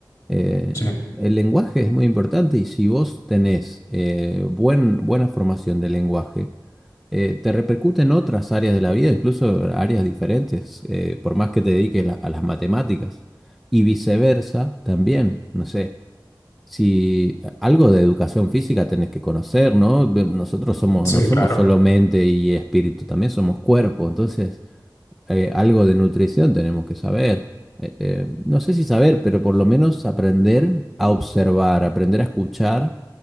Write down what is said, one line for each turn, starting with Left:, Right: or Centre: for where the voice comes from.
Centre: eh,
Left: sí,
Centre: el lenguaje es muy importante y si vos tenés eh, buen, buena formación del lenguaje, eh, te repercute en otras áreas de la vida, incluso áreas diferentes, eh, por más que te dediques la- a las matemáticas. Y viceversa también, no sé, si algo de educación física tenés que conocer, ¿no? Nosotros somos,
Left: sí,
Centre: no somos
Left: claro,
Centre: solo mente y espíritu, también somos cuerpo, entonces eh, algo de nutrición tenemos que saber. Eh, eh, no sé si saber, pero por lo menos aprender a observar, aprender a escuchar